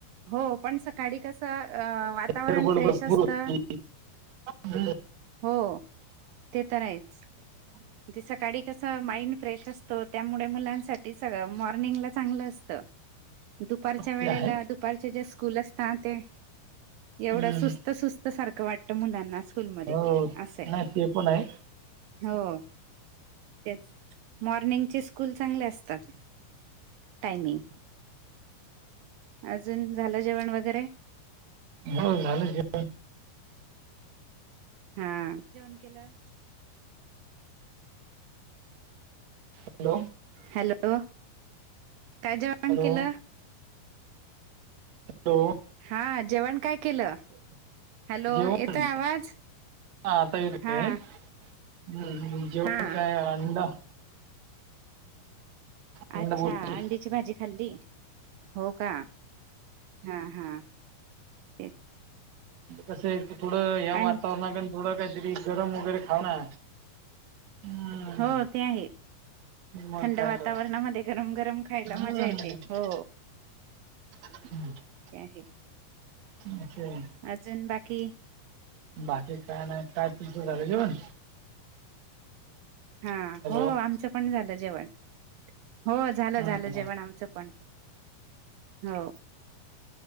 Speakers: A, on the right (about 80°); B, on the right (about 60°).
A: हो पण सकाळी कसं अं वातावरण
B: गडबड
A: फ्रेश
B: भरपूर
A: असतं.
B: होती हम्म,
A: हो ते तर आहेच.
B: <inaudible>
A: ते सकाळी कसं माइंड फ्रेश असत. त्यामुडे मुलांसाठी सगळं मॉर्निंगला चांगलं असतं, दुपारच्या वेडेला
B: ते आहे
A: दुप दुपारचे जे स्कूल असता ना ते, एवढं
B: हम्म.
A: सुस्त सुस्त सारखं वाटतं मुलांना स्कूलमध्ये
B: हो
A: अस्सये
B: नाही ते पण आहे
A: हो तेच मॉर्निंगचे स्कूल चांगले असतात टायमिंग अजून झालं जेवण वगैरे?
B: हो झालं जेव
A: हां जेवण केलं.
B: हॅलो
A: हॅलो, काय जेवण
B: हॅलो
A: केलं?
B: हॅलो
A: हा जेवण काय केलं? हॅलो
B: जेवन
A: येतोय आवाज
B: हां आता येतेय
A: हा
B: हम्म जेवण
A: हा
B: काय आणल? अंडा
A: अच्छा
B: बुर्जी
A: अंडीची भाजी खाल्ली. हो का हा हा तेच
B: कसंय थोडं ह्या
A: अं
B: वातावरणा थोडं काहीतरी गरम वगैरे खाऊ ना. हम्म,
A: हो ते आहे.
B: मग
A: थंड
B: काय
A: वातावरणामध्ये
B: तर
A: गरम गरम खायला
B: हम्म
A: मजा येते हो.
B: <inaudible>
A: ते आहे
B: <unintelligible>
A: अजून बाकी?
B: बाकी काय नाही काय तुमचं झालं जेवण?
A: हा
B: हॅलो
A: हो आमचं पण झालं जेवण. हो झालं
B: हम्म,
A: झालं जेवण आमचं पण हो